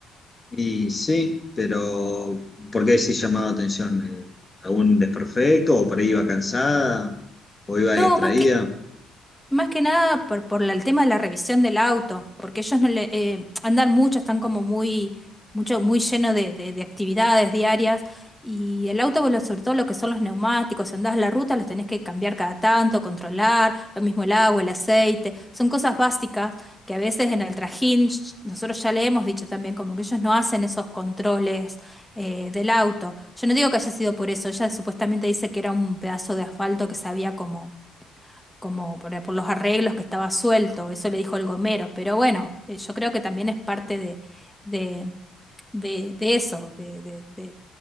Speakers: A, on the left; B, in the centre.
A: Y sí, pero ¿por qué sí llamaba atención? Eh, ¿Algún desperfecto? ¿O por ahí iba cansada? ¿O iba
B: No,
A: distraída?
B: más que Más que nada por, por la- el tema de la revisión del auto, porque ellos no le, eh, andan mucho, están como muy, mucho, muy lleno de, de- de actividades diarias. Y el auto, bueno, sobre todo lo que son los neumáticos, si andás a la ruta, los tenés que cambiar cada tanto, controlar, lo mismo el agua, el aceite, son cosas básicas que a veces en el trajín, sh- nosotros ya le hemos dicho también, como que ellos no hacen esos controles eh, del auto. Yo no digo que haya sido por eso, ella supuestamente dice que era un pedazo de asfalto que se había como como por, por los arreglos que estaba suelto, eso le dijo el gomero, pero bueno, eh, yo creo que también es parte de, de, de, de eso, de, de, de-